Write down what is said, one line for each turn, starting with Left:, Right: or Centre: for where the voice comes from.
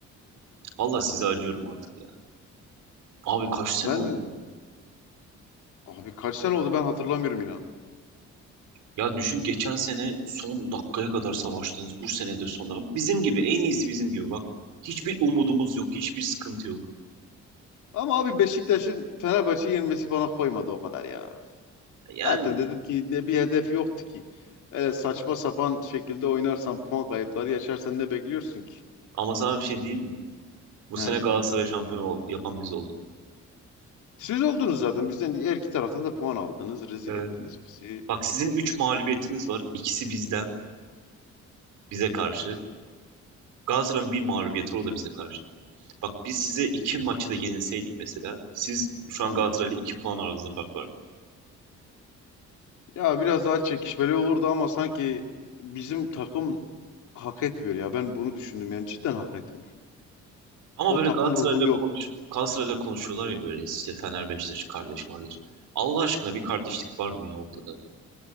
Right: Valla size acıyorum artık ya. Abi kaç sene
Left: Ben
Right: oldu?
Left: abi kaç sene oldu ben hatırlamıyorum inan.
Right: Ya düşün geçen sene son dakikaya kadar savaştınız. Bu sene de son dakika. Bizim gibi, en iyisi bizim gibi bak. Hiçbir umudumuz yok, hiçbir sıkıntı yok.
Left: Ama abi Beşiktaş'ın Fenerbahçe'yi yenmesi bana koymadı o kadar ya.
Right: Yani
Left: Zaten dedim ki ne bir hedef yoktu ki. Öyle saçma sapan şekilde oynarsan puan kayıpları yaşarsan ne bekliyorsun ki?
Right: ama sana bir şey diyeyim mi? Bu
Left: He.
Right: sene Galatasaray şampiyon ol- yapan biz olduk.
Left: Siz oldunuz zaten bizden her iki taraftan da puan aldınız. Rezil
Right: Evet.
Left: ettiniz bizi.
Right: Bak sizin 3 mağlubiyetiniz var. İkisi bizden, bize karşı. Galatasaray'ın bir mağlubiyeti o da bize karşı. Bak biz size iki maçı da yenilseydik mesela. Siz şu
Left: Hı.
Right: an Galatasaray'la 2 puan aranızda fark vardı.
Left: Ya biraz daha çekişmeli olurdu ama sanki bizim takım hak etmiyor ya. Ben bunu düşündüm yani cidden hak etmiyor.
Right: Ama
Left: O
Right: böyle
Left: takım
Right: Galatasaray'la
Left: ruhu yok.
Right: konuş Galatasaray'la konuşuyorlar ya böyle işte Fener Beşiktaş kardeş kardeş. Allah aşkına bir kardeşlik var mı ya ortada?